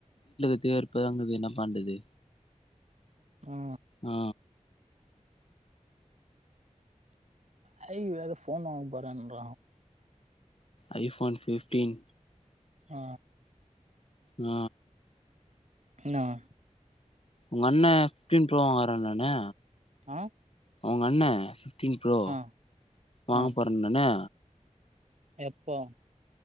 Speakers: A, on the left; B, on the right.
A: <unintelligible> என்ன பண்றது
B: ஆ
A: ஆ
B: ஹரி வேற போன் வாங்கா போரன்ற
A: ஐ போன் பிப்டீன்
B: ஆ
A: ம்
B: என்னவா
A: உங்க அண்ணன் பிப்டீன் ப்ரோ வாங்கறேன் நானே
B: ஆ
A: அவங்க அண்ண பிப்டின் ப்ரோ
B: ஆ
A: வாங்க
B: ஆ
A: போறேண்ணண்ணே
B: எப்போ